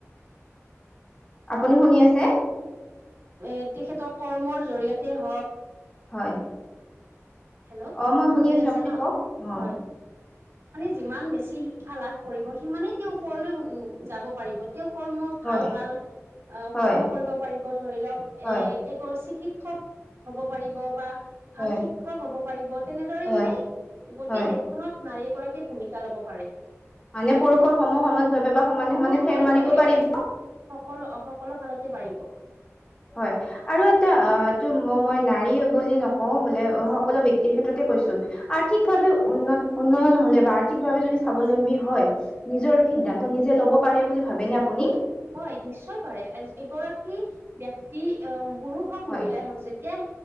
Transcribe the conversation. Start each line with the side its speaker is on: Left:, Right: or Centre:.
Left: আপুনি শুনি আছে
Right: তেখেতৰ কৰ্মৰ জৰিয়তে হওঁক
Left: হয়
Right: হেল্ল'
Left: মই
Right: অ শুনি
Left: আছো
Right: আছে
Left: আপুনি
Right: ন
Left: কওক অ
Right: হয় মানে যিমান বেছি শিক্ষা লাভ কৰিব সিমানেই তেওঁ ওপৰলৈ উ যাব পাৰিব তেওঁ কৰ্ম
Left: হয়
Right: ভাল ভাল আ
Left: হয়
Right: কৰ্ম কৰিব পাৰিব ধৰি লওঁক
Left: হয়
Right: এ এ চিকি সৱ হ'ব পাৰিব বা
Left: হয়
Right: ভাল শিক্ষক হ'ব পাৰিব তেনেদৰে
Left: হয়
Right: মানে গোটেই
Left: হয়
Right: দেশখনত নাৰী এগৰাকীয়ে ভূমিকা ল'ব পাৰে।
Left: মানে পুৰুষৰ সম সাময়িকভাৱে বা সমানে
Right: সমসাময়িক
Left: সমানে ফেৰ মাৰিব
Right: ভাৱে
Left: পাৰিব
Right: সকলো সকলো ফালতে পাৰিব।
Left: হয় আৰু এটা অ এইটো মই নাৰী বুলি নকওঁ বোলে সকলো ব্যক্তিৰক্ষেত্ৰতে কৈছো আৰ্থিকভাৱে উন্নত উন্নয়ন হলে বা আৰ্থিকভাৱে যদি স্বাৱলম্বী হয়। নিজৰ সিদ্ধান্ত
Right: হয়
Left: নিজে ল'ব পাৰে বুলি ভাবেনে আপুনি?
Right: হয় নিশ্চয় পাৰে এগৰাকী ব্যক্তি আ পুৰুষ হওঁক
Left: হয়
Right: মহিলাই হওঁক যেতিয়া